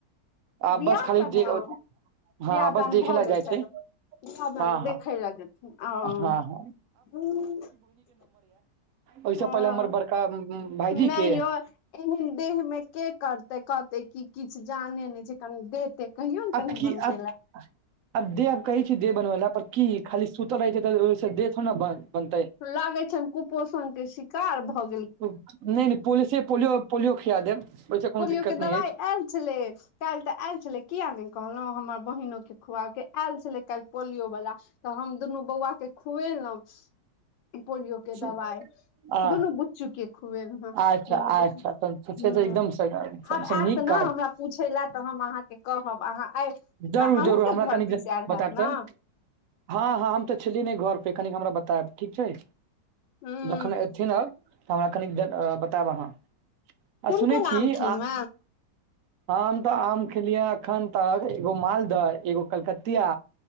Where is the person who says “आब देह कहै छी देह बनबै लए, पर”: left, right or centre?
Right